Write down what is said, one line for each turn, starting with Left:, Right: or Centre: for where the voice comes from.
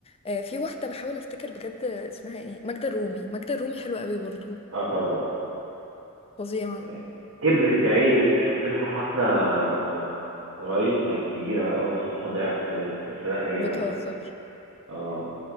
Left: آه، في واحدة بحاول افتكر بجد اسمها ايه ماجدة الرومي ماجدة الرومي حلوة قوي برضو
Right: اه طبعا
Left: فظيعة
Right: يعني. كبرت يا عيني شفت لها حفله آه، قريب كانت كبيره بقى وصوتها ضعف كده بس لا هي
Left: بتهزر
Right: اه